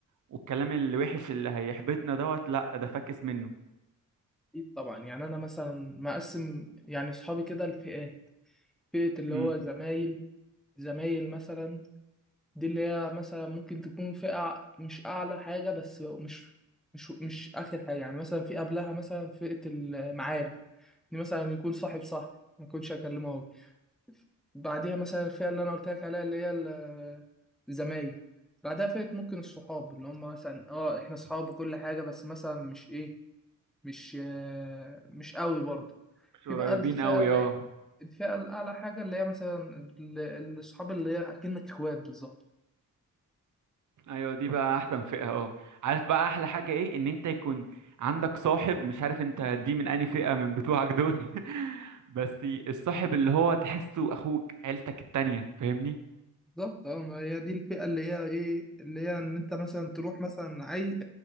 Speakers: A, on the right; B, in the centre.
A: والكلام اللي وحش اللي هيحبطنا دوت لا ده فاكس منه
B: اكيد طبعا يعني انا مثلا مقسم يعني اصحابي كده لفئات فئة اللي
A: امم
B: هو زمايل زمايل مثلا دي اللي هي مثلا ممكن تكون فئة مش أعلى حاجة بس مش مش مش آخر حاجة يعني مثلا في قبلها مثلا فئة المعارف دي مثلا يكون صاحب صاحبي ما يكونش أكلمه هو بعديها مثلا الفئة اللي أنا قلت لك عليها اللي هي ال- الزمايل بعدها فئة ممكن الصحاب اللي هم مثلا اه احنا صحاب وكل حاجة بس مثلا مش ايه مش آه، مش قوي برضه
A: مش
B: في
A: قريبين
B: بقى الفئة
A: قوي
B: اللي
A: اه
B: الفئة الأعلى حاجة اللي هي مثلا ال- الأصحاب اللي هي أكنك إخوات بالظبط
A: ايوه دي بقى احسن فئه اهو عارف بقى احلى حاجه ايه ان انت يكون عندك صاحب مش عارف انت دي من انهي فئه من بتوعك دول <laughs> بس الصاحب اللي هو تحسه اخوك عيلتك التانية فاهمني
B: بالظبط اه ما هي دي الفئة اللي هي إيه اللي هي إن أنت مثلا تروح مثلا عايز